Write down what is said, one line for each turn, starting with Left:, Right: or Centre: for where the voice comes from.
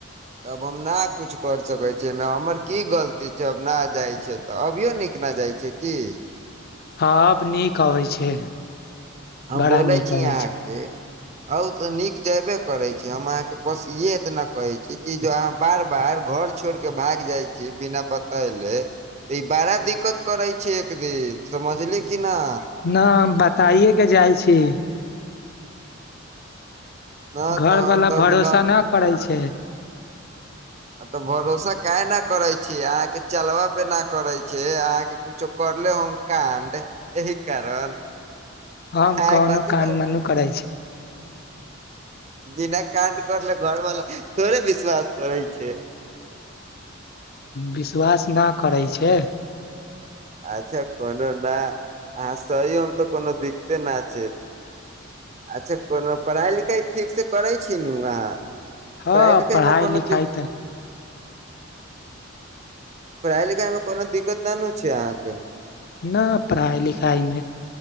Right: तब हम ना कछु कर सकैत छियै हमर की गलती छै आब ना जाइ छै तऽ अभियो नीक न जाइ छै की
Left: हऽ आब नीक अबै छै।
Right: हम
Left: बड़ा
Right: बोलै
Left: नीक
Right: छी
Left: अबै
Right: अहाँ
Left: छै
Right: केँ हाउ तऽ नीक जेबे करे छी हम अहाँकेँ बस इहे एतना कहे छी। की जो अहाँ बार बार घर छोड़ केँ भाग जाइ छी बिना बतैले तऽ ई बड़ा दिक्कत करै छै एक दिन समझलिए कि नै
Left: नै हम बताए केँ जाइ छी।
Right: न
Left: घर
Right: तऽ
Left: वाला
Right: हम तऽ
Left: भरोसा
Right: अभी
Left: न करै छै।
Right: तऽ भरोसा काह न करै छियै अहाँकेँ चेलबा पे ना करै छै अहाँ केँ कुछो करले होम काण्ड एहि कारण
Left: हम
Right: अहाँ
Left: कोनो
Right: कथी
Left: कान
Right: क
Left: न नु करै छै।
Right: बिना काण्ड करले घर बाला थोड़े विश्वास करै छै?
Left: विश्वास ना करै छै।
Right: अच्छा कोनो ने अहाँ <unintelligible> तऽ कोनो दिक्कते न छै। अच्छा कोनो पढ़ाइ लिखाइ ठीकसँ करै छी नु अहाँ? <inaudible>
Left: हँ
Right: पढ़ाइ लिखाइ मे कोनो
Left: लिखाइ
Right: द
Left: तऽ
Right: पढ़ाई लिखाई में कोनो दिक्कत न नु छै अहाँ केँ
Left: न पढ़ाइ लिखाइ मे